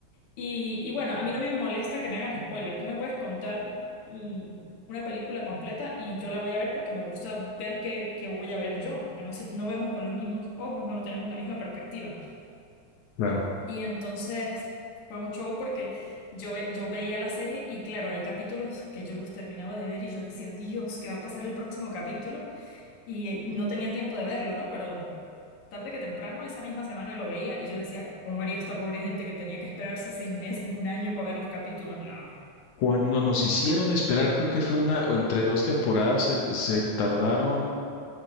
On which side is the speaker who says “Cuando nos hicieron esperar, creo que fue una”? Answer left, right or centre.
Left